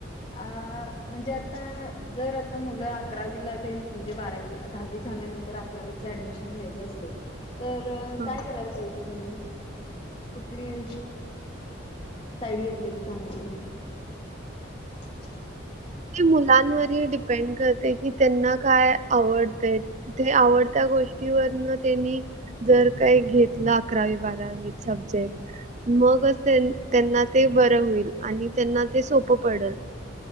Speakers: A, on the left (about 30°); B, on the right (about 35°).
A: अ म्हणजे आता जर आता मुलं अकरावीला ते म्हणजे बारावी दहावी झाल्यानं तर अकरावीच ऍडमिशन घ्यायचं असेल तर
B: हां
A: काय करायला पाहिजे? त्यांनी कुठली साईड घेतलेली चांगली? <unintelligible>
B: ती मुलांवरही डिपेंड करते की, त्यांना काय आवडतय? ते आवडत्या गोष्टीवरन त्यांनी- जर काही घेतलं अकरावी, बारावीत सब्जेक्ट मगच त्यां त्यांना ते बरं होईल आणि त्यांना ते सोप पडल.